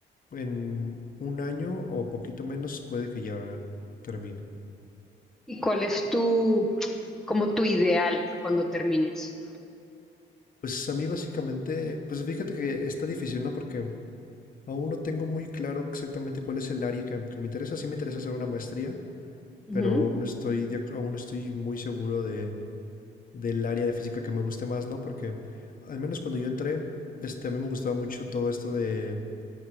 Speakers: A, on the left; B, in the centre.
A: en un año o poquito menos puede que ya termine.
B: ¿Y cuál es tu, como tu ideal cuando termines?
A: Pues a mí básicamente, pues fíjate que está difícil, ¿no? Porque aún no tengo muy claro exactamente cuál es el área que, que me interesa. Sí me interesa hacer una maestría,
B: Ujú.
A: pero aún no estoy, de ac- aún no estoy muy seguro de del área de física que me guste más, ¿no? Porque al menos cuando yo entré, este, a mí me gustaba mucho todo esto de,